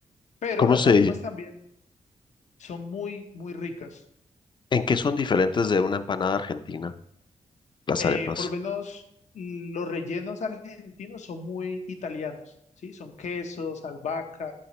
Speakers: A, on the left (about 70°); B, on the left (about 40°).
A: pero
B: ¿Cómo
A: las
B: se
A: arepas
B: dice?
A: también son muy, muy ricas.
B: ¿En qué son diferentes de una empanada argentina? Las
A: eh,
B: arepas.
A: por lo menos mm, los rellenos argentinos son muy italianos, ¿sí? Son quesos, albahaca,